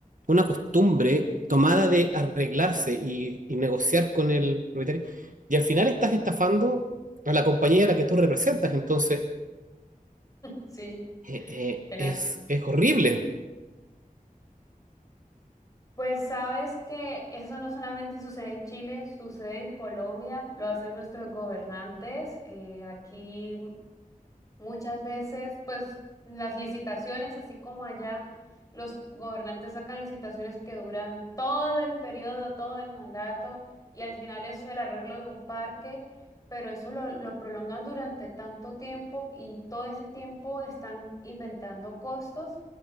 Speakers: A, on the right; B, on the left.
A: una costumbre tomada de arreglarse y, y negociar con el propietario. Y al final estás estafando a la compañía a la que tú representas. Entonces,
B: Sí,
A: eh, eh,
B: tenaz.
A: es, es horrible.
B: Pues sabes que eso no solamente sucede en Chile, sucede en Colombia, lo hacen nuestros gobernantes. eh, aquí Muchas veces, pues las licitaciones, así como allá, los gobernantes sacan licitaciones que duran todo el periodo, todo el mandato, y al final eso el arreglo de un parque, pero eso lo, lo prolongan durante tanto tiempo y todo ese tiempo están inventando costos